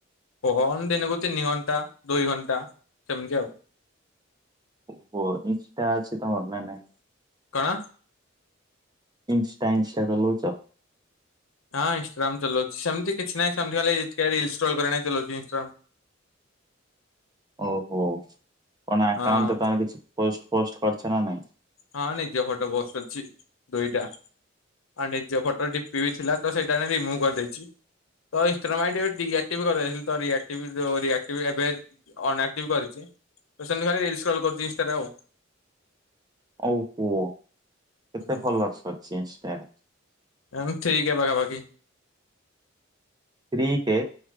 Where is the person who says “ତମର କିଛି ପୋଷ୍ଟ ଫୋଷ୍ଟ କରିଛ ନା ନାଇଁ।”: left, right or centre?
Right